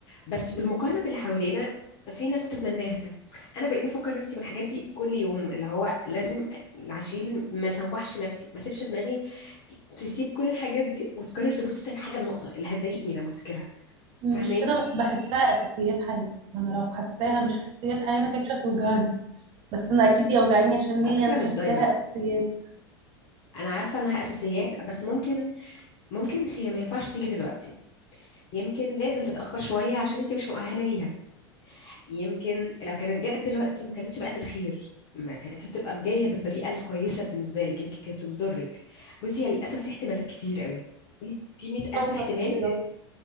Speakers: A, on the left; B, on the right.
A: بس بالمقارنه باللي حوالينا في ناس بتتمناها انا بقيت بفكر نفسي بالحاجات دي كل يوم اللي هو لازم عشان ما سوحش نفسي ما سيبش دماغي تسيب كل الحاجات دي وتقرر تبص للحاجه الناقصه اللي هتضايقني لما افتكرها
B: مش
A: فاهماني
B: كده بس بحسها اساسيات حياه انا لو حساها مش اساسيات حياه ما كانتش هتوجعني بس انا اكيد هي وجعاني عشان
A: على
B: هي
A: فكره
B: انا
A: مش
B: حساها
A: دايما
B: اساسيات
A: انا عارفه انها اساسيات بس ممكن ممكن هي ما ينفعش تيجي دلوقتي يمكن لازم تتأخر شوية عشان انت مش مؤهلة ليها يمكن لو كانت جت دلوقتي ما كانتش بقت الخير ما كانتش هتبقى جاية بالطريقة الكويسة بالنسبة لك يمكن كانت بتضرك بصي هي للأسف في احتمالات كتير قوي في في 100
B: فاهمه
A: ألف احتمال
B: كل ده